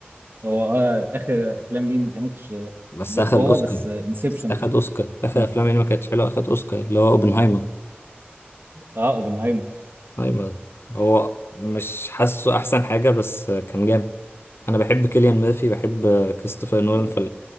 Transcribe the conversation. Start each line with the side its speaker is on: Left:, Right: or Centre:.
Right: هو اه اخر افلام ليه ما كانتش
Left: بس
Right: بالقوه
Left: اخد الاوسكار
Right: بس انسبشن
Left: بس اخد اوسكار اخر
Right: إنز...
Left: افلام اللي ما كانتش حلوه اخد اوسكار اللي هو اوبنهايمر
Right: اه اوبنهايمر
Left: اوبنهايمر هو مش حاسه احسن حاجه بس كان جامد انا بحب كيليان ميرفي بحب كريستوفر نولان